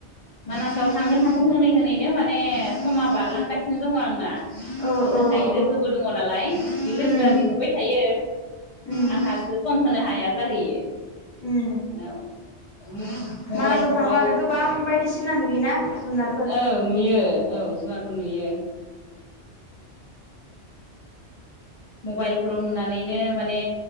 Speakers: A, on the left (about 55°); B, on the left (about 35°).
A: मानासाव थांगोन थांगोन होनै होनैनो माने समा बारलांगासिनो दङ आंना।
B: ओ
A: ओजोंहाय
B: ओ ओ
A: लोगोबो दङ नालाय बे लोगोआ
B: उम
A: लिंहबाय थायो।
B: उम
A: आंहासो खम होनो हा हाया जाहैयो
B: उम
A: औ मबाइलफोराव
B: मानासाव थांबा आरो गोबां बायदिसिना नुयोना जुनारफोर
A: औ नुयो औ जुनारफोर नुयो। मबाइलफोराव नुनानैनो माने